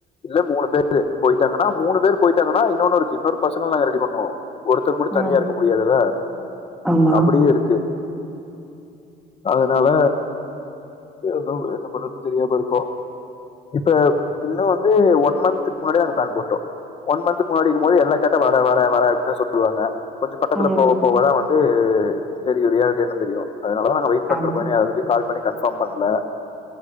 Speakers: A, on the left; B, in the centre.
A: இல்ல மூணு பேர் து போயிட்டாங்கன்னா மூணு பேர் போயிட்டாங்கன்னா இன்னொன்னு இருக்கு இன்னொன் பசங்களம் ரெடி பண்ணுவோம். ஒருத்தங்க மட்டும்
B: ம்
A: தனியா இருக்க முடியாதுல்ல
B: ஆமா
A: அப்டியே இருக்கு அதனால எப் ம் என்ன பண்றதுன் தெரியாம இருக்கும் இப்ப இன்னு வந்து ஒன் மன்த்க் முன்னாடிய நாங்க ப்ளான் போட்டோம் ஒன் மன்த்துக்கு முன்னாடி இருக்கும்போது எல்லா கேட்ட வர வர வர அப்டின் தா சொல்றாங்க பட் பக்கத்தல
B: ம்
A: போவ போவ தா வந் து தெரியு ரியாலிட்டி என்னன் தெரியும் அதனாலதா நாங்க வெயிட் பண்றப்ப
B: ஆமா
A: நீ ஆல் ரெடி கால் பண்ணி கன்ஃபார்ம் பண்ல